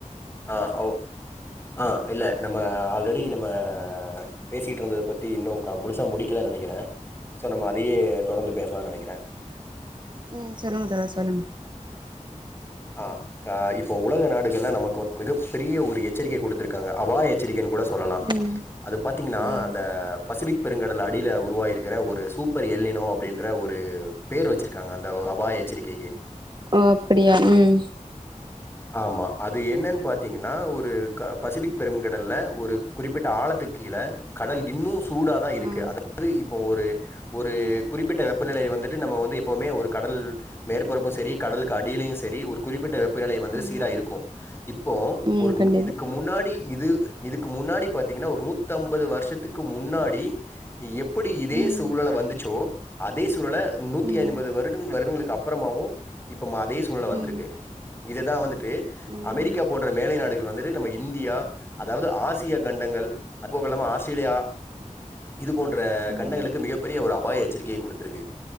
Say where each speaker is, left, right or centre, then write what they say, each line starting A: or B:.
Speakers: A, on the left; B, on the right.
A: ஆ ஓ ஆ இல்ல நம்ம ஆல்ரடி நம்ம பேசிக்கிட்டு இருந்ததை பத்தி இன்னும் முழுசா முடிக்கலைன்னு நினைக்கிறேன் சோ நம்ம அதையே தொடர்ந்து பேசலான்னு நினைக்கிறேன்
B: ம் சொல்லுங்க தோழர் சொல்லுங்க
A: ஆ ஆ இப்போ உலக நாடுகள்ல நமக்கு மிகப்பெரிய ஒரு எச்சரிக்கை குடுத்திருக்காங்க அபாய எச்சரிக்கைன்னு கூட சொல்லலா
B: ம்
A: அது பார்த்தீங்கன்னா
B: ம்
A: அந்த பசிஃபிக் பெருங்கடல் அடில உருவாய் இருக்கிற ஒரு சூப்பர் எல்லினோ அப்டின்ற ஒரு பேரு வச்சிருக்காங்க அந்த அபாய எச்சரிக்கைக்கு
B: ஓ அப்டியா ம்
A: ஆமா அது என்னன் பார்த்தீங்கன்னா ஒரு க பசிஃபிக் பெருங்கடல்ல ஒரு குறிப்பிட்ட ஆழத்துக் கீழ கடல் இன்னு சூடாதா இருக்கு
B: ஆ
A: அதாவது இப்போ ஒரு ஒரு குறிப்பிட்ட வெப்பநிலை வந்துட்டு நம்ம வந்து எப்போவுமே ஒரு கடல் மேற்பரப்பு செரி கடலுக்கு அடிலையு செரி ஒரு குறிப்பிட்ட வெப்பநிலை வந் து
B: ஆமா
A: சீரா இருக்கு இப்போ
B: ம்
A: ஒரு
B: கண்டிப்பா
A: இதுக்கு முன்னாடி இது இதுக்கு முன்னாடி பாத்தீங்கனா ஒரு நூத்தம்பது வருஷத்துக்கு முன்னாடி எப்புடி இதே
B: ம்
A: சூழ்நல வந்துச்சோ அதே சூழ்நல நூத்தி
B: ம்
A: ஐம்பது வருட வருடங்களுக் அப்பறமாவு இப்ப அதே சூழ்நல வந்திருக்கு
B: ம்
A: தா வந்துட்டு
B: ஆமா
A: அமெரிக்கா
B: ஆமா
A: போன்ற மேலை நாடுகள் வந்துட்டு நம்ம இந்தியா அதாவது ஆசிய கண்டங்கள் அது போக இல்லாம ஆஸ்திரேலியா இது போன்ற
B: ம்
A: கண்டங்களுக்கு மிகப்பெரிய ஒரு அபாய எச்சரிக்கைய குடுத்துருக்கு